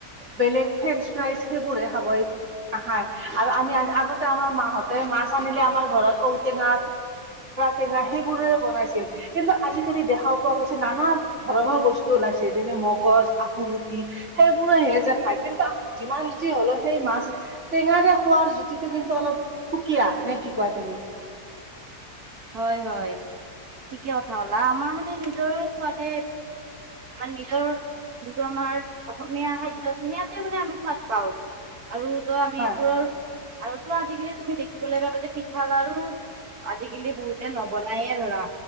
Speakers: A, on the right; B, on the right.
A: বেলেগ ফ্ৰেঞ্চ ফ্ৰাইজ সেইবোৰহে খাব। আৰু আমি আগতে আমাৰ মাহঁতে মাছ আনিলে আমাৰ ঘৰত ঔটেঙা টেঙা সেইবোৰে বনাইছিল কিন্তু আজিকালি দেখা পোৱা গৈছে নানানশ ধৰণৰ বস্তু ওলাইছিল। এনে মগজ <unintelligible> সেইবোৰেহে যে খায় কিন্তু যিমান জুতি হলোও সেই মাছ টেঙাৰে খোৱাৰ জুতিটো কিন্তু অলপ সুকিয়া নে কি কয় তুমি?
B: হয় হয়।। ঠিকে কথা কলা আমাৰ মানে নিজৰ খোৱাদে ম নিজৰ যোনটো আমাৰ অসমীয়া খাদ্য আছে সেইয়াতে মানে আমি শুৱাদ পাও। আৰু তো আমি
A: হয়
B: এইবোৰৰ আৰু তো আজিকালি তুমি দেখিবলৈ পাবা যে থালাৰো আজি <inaudible> বহুতে নবনায়ে ধৰা।